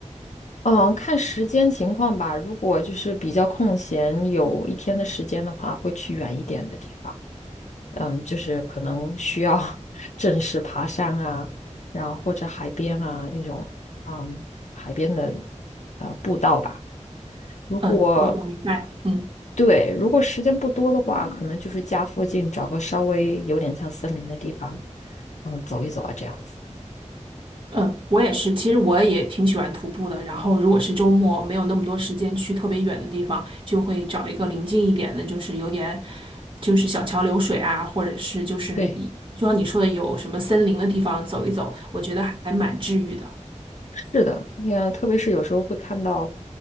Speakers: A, on the left; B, on the right.
A: 嗯，看时间情况吧。如果就是比较空闲，有一天的时间的话，会去远一点的地方。嗯，就是可能需要 <laughs> 正式爬山啊，然后或者海边啊那种，嗯，海边的呃步道吧。如果
B: 嗯，我我明白，嗯
A: 对，如果时间不多的话，可能就是家附近找个稍微有点像森林的地方，嗯，走一走啊，这样子。
B: 嗯，我也是。其实我也挺喜欢徒步的。然后如果是周末没有那么多时间去特别远的地方，就会找一个临近一点的，就是有点就是小桥流水啊，或者是就是里，
A: 对，
B: 就像你说的有什么森林的地方走一走，我觉得还蛮治愈的。
A: 是的，也特别是有时候会看到